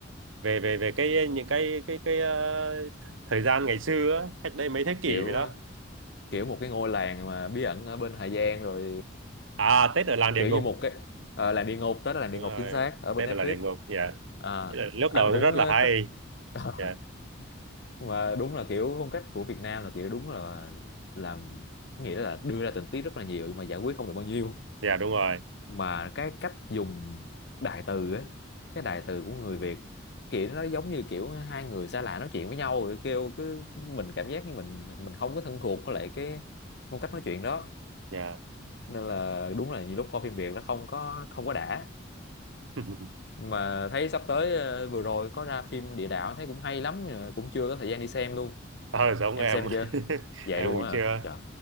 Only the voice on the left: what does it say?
kiểu
kiểu một cái ngôi làng mà bí ẩn ở bên Hà Giang rồi
kiểu
như một cái ờ, làng địa ngục tết là làng địa
ngục
chính xác ở bên
Netflix
à,
anh
cũng
ờ,
thích <laughs>
mà đúng là kiểu phong cách của Việt Nam là kiểu đúng là làm nghĩa là đưa ra tình tiết rất là nhiều nhưng mà giải quyết không được bao nhiêu
mà cái cách dùng đại từ ấy cái đại từ của người Việt kiểu nó giống như kiểu hai người xa lạ nói chuyện với nhau rồi kêu cứ mình cảm giác như mình mình không có thân thuộc với lại cái phong cách nói chuyện đó
nên là đúng là nhiều lúc coi phim Việt nó không có không có đã
nhưng mà thấy sắp tới ờ, vừa rồi có ra phim Địa Đạo thấy cũng hay lắm nhưng mà cũng chưa có thời gian đi xem luôn
em
xem
chưa vậy
luôn
á
hả? trời